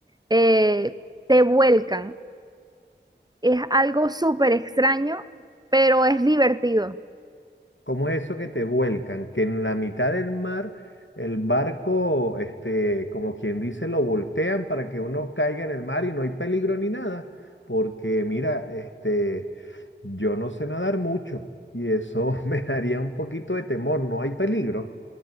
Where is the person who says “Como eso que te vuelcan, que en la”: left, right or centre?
Left